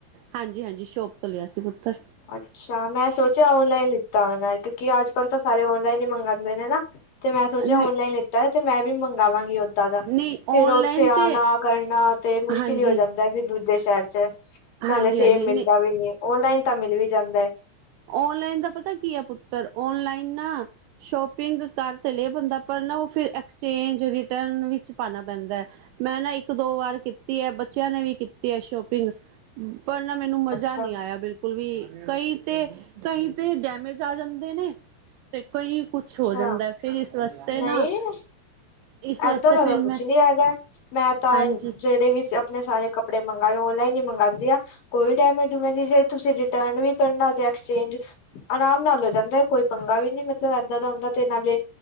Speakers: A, on the right; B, on the left.
A: ਹਾਂਜੀ ਹਾਂਜੀ, ਸ਼ੋਪ ਤੋਂ ਲਿਆ ਸੀ ਪੁੱਤਰ।
B: ਅੱਛਾ, ਮੈਂ ਸੋਚਿਆ ਔਨਲਾਈਨ ਲਿੱਤਾ ਹੋਏਗਾ ਕਿਉਂਕਿ ਅੱਜ-ਕਲ ਤਾਂ ਸਾਰੇ ਔਨਲਾਈਨ ਈ ਮੰਗਾਂਦੇ ਨੇ ਨਾ। ਤੇ ਮੈਂ ਸੋਚਿਆ
A: ਨਹੀਂ
B: ਔਨਲਾਈਨ ਲਿਤਾ ਐ ਤੇ ਮੈਂ ਵੀ ਮੰਗਾਵਾਂਗੀ ਓ ਤਾਦਾ
A: ਨਹੀਂ
B: ਫਿਰ
A: ਔਨਲਾਈਨ
B: ਓਥੇ ਆਣਾ,
A: ਤੇ
B: ਕਰਨਾ ਤੇ ਮੁਸ਼ਕਿਲ
A: ਹਾਂਜੀ,
B: ਈ ਹੋ ਜਾਂਦਾ ਫਿਰ ਦੂਜੇ ਸ਼ਹਿਰ ਚ।
A: ਹਾਂਜੀ-ਹਾਂਜੀ
B: ਸਾਨੂੰ ਸੇਮ ਮਿਲਦਾ
A: ਨਹੀਂ
B: ਵੀ ਨੀਂ ਏ, ਔਨਲਾਈਨ ਤਾਂ ਮਿਲ ਵੀ ਜਾਂਦਾ ਐ।
A: ਔਨਲਾਈਨ ਦਾ ਪਤਾ ਕੀ ਏ ਪੁੱਤਰ, ਔਨਲਾਈਨ ਨਾਂ ਸ਼ੋਪਿੰਗ ਕਰ ਤੇ ਲੇ ਬੰਦਾ, ਪਰ ਨਾ ਓ ਫਿਰ ਐਕਸਚੇਂਜ, ਰਿਟਰਨ ਵਿੱਚ ਪਾਣਾ ਪੈਂਦਾ ਐ। ਮੈਂ ਨਾ ਇੱਕ-ਦੋ ਵਾਰ ਕੀਤੀ ਐ, ਬੱਚਿਆਂ ਨੇ ਵੀ ਕੀਤੀ ਐ ਸ਼ੋਪਿੰਗ ਪਰ ਨਾ ਮੈਨੂੰ ਮਜ਼ਾ
B: ਅੱਛਾ
A: ਨੀਂ ਆਇਆ ਬਿਲਕੁਲ ਵੀ। ਕਈ ਤੇ ਕਈ ਤੇ ਡੈਮੇਜ ਆ ਜਾਂਦੇ ਨੇ ਤੇ ਕਈ ਕੁਛ
B: ਅੱਛਾ
A: ਹੋ ਜਾਂਦਾ ਫਿਰ ਇਸ ਵਾਸਤੇ
B: ਨਹੀਂ
A: ਨਾ ਇਸ ਵਾਸਤੇ
B: ਏਦਾਂ ਦਾ
A: ਫਿਰ
B: ਤਾਂ ਕੁਛ
A: ਮੈਂ
B: ਨੀਂ ਹੈਗਾ, ਮੈਂ ਤਾਂ
A: ਹਾਂਜੀ
B: ਜੇੜੇ ਵੀ ਸੀ ਅਪ ਆਪਣੇ ਸਾਰੇ ਕੱਪੜੇ ਮੰਗਾਏ, ਔਨਲਾਈਨ ਈ ਮੰਗਾਂਦੀ ਆਂ ਕੋਈ ਡੈਮੇਜ-ਡੂਮੇਜ ਨੀਂ, ਜੇ ਤੁਸੀਂ ਰਿਟਰਨ ਵੀ ਕਰਨਾ ਤੇ ਐਕਸਚੇਂਜ ਆਰਾਮ ਨਾਲ ਹੋ ਜਾਂਦਾ ਐ, ਕੋਈ ਪੰਗਾ ਵੀ ਨੀਂ ਮਤਲਬ ਏਦ ਦਾ ਹੁੰਦਾ ਤੇ ਨਾਲੇ